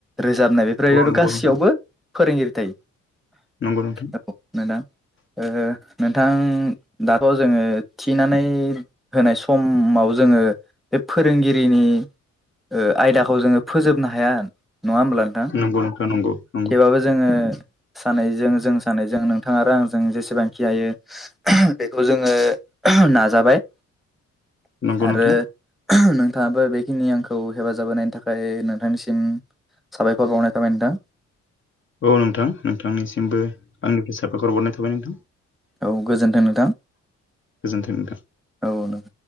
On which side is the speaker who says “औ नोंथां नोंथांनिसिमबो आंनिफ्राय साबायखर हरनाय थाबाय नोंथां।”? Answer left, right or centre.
Left